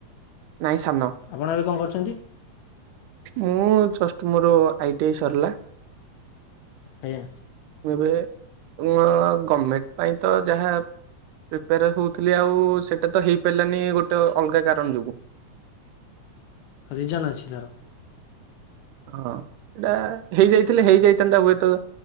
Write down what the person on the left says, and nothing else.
ଆପଣ ଏବେ କଣ କରୁଛନ୍ତି?
ଆଜ୍ଞା
ରିଜନ୍ ଅଛି ତାର?